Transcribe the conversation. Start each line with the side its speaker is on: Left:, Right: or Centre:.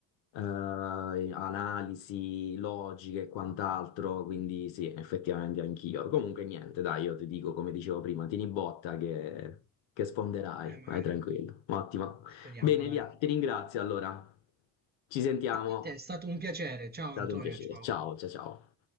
Left: eh, analisi logiche e quant'altro, quindi sì, effettivamente anch'io. Comunque niente, dai, io ti dico come dicevo prima, tieni botta che, che sfonderai,
Right: Eh, magari.
Left: vai tranquillo. Ottimo.
Right: Speriamo,
Left: Bene,
Right: dai.
Left: Lia, ti ringrazio allora. Ci sentiamo,
Right: Anche a te,
Left: è
Right: è stato un piacere. Ciao
Left: stato
Right: Antonio,
Left: un piacere.
Right: ciao.
Left: Ciao, ciao, ciao.